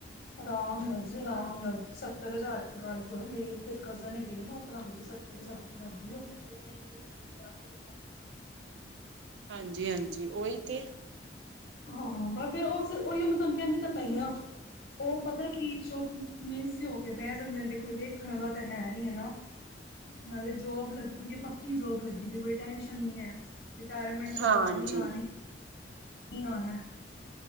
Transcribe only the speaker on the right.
ਹਾਂਜੀ ਹਾਂਜੀ ਉਹੀ ਤੇ
ਹਾਂਜੀ